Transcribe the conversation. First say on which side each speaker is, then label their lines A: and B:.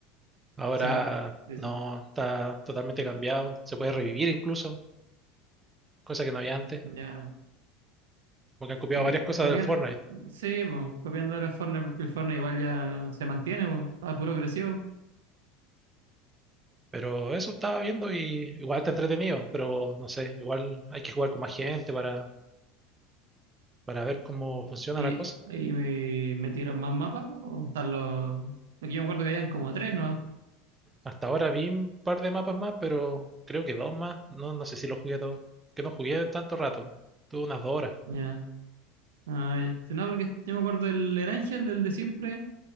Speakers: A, on the right; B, on the right.
A: Ahora
B: Sí. Sí,
A: no,
B: sí.
A: está totalmente cambiado. Se puede revivir incluso, cosa que no había antes.
B: Ya.
A: Porque han copiado
B: Sí,
A: varias cosas
B: copiando,
A: del Fortnite.
B: sí, po, copiando de los Fortnite, porque el Fortnite igual ya se mantiene, po, a puro creció.
A: Pero eso estaba viendo y igual está entretenido. Pero no sé, igual hay que jugar con más gente para, para ver cómo funciona
B: Y,
A: la cosa.
B: y me metieron más mapas, o están los. Aquí yo me acuerdo que habían como tres, ¿no?
A: Hasta ahora vi un par de mapas más, pero creo que dos más. No, no sé si los jugué todos. Que no jugué tanto rato. Tuve unas dos horas.
B: Ya. Ah, ya. Sí, no, porque yo me acuerdo del Erangel, el de siempre,